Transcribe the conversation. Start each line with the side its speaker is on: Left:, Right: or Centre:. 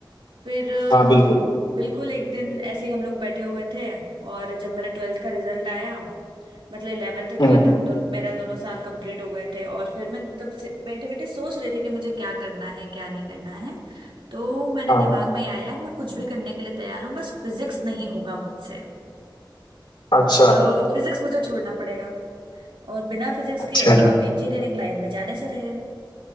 Right: फिर अ,
Left: हाँ बिल्कुल
Right: बिल्कुल एक दिन ऐसे ही हम लोग बैठे हुए थे और जब मेरा ट्वेल्थ का रिजल्ट आया मतलब इलेवेंथ
Left: हम्म
Right: ट्वेल्थ हम दोनों मेरा दोनों साल कंप्लीट हो गए थे और फिर मैं तब से बैठे बैठे सोच रहे थे कि मुझे क्या करना है क्या नहीं करना है तो मैंने
Left: हाँ
Right: दिमाग में आया मैं कुछ भी करने के लिए तैयार हूँ बस फिजिक्स नहीं होगा मुझसे
Left: अच्छा
Right: तो फिजिक्स मुझे छोड़ना पड़ेगा और बिना फिजिक्स
Left: अच्छा
Right: के आप इंजीनियरिंग लाइन में जाने से रहे